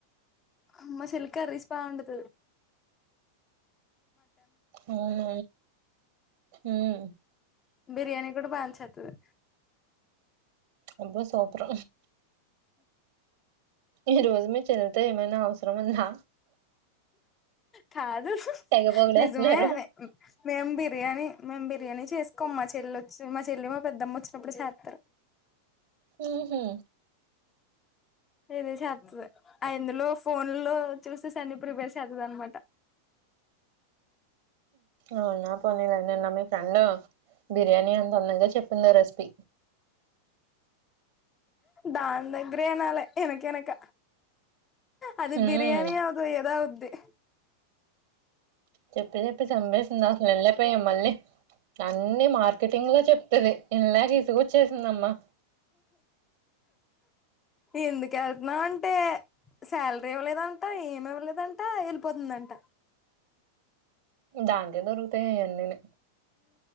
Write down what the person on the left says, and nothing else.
అమ్మ చెల్లి కర్రీస్ భవండుతాది
బిర్యానీ కూడా బాచేత్తడి
కాదు
నిజమే మేం బిర్యానీ మేం బిర్యానీ చేసుకోం మా చెల్లి వచ్చి మా చెల్లి మా పెద్దమ్మ వచ్చినప్పుడు చేస్తారు
ఇది చేత్తది ఇందులో ఫోన్ లో చూసేసి అన్ని ప్రిపేర్ చేతుంది అనమాట
దాని దగ్గరే వినాలి వినకవినక అది
బిర్యానీ అవదు ఏదో అవ్విది
ఎందుకు వెళ్తున్నావు అంటే శాలరీ ఇవ్వలేదంట ఏమి ఇవ్వలేదంట అ వెళ్ళిపోతుందంట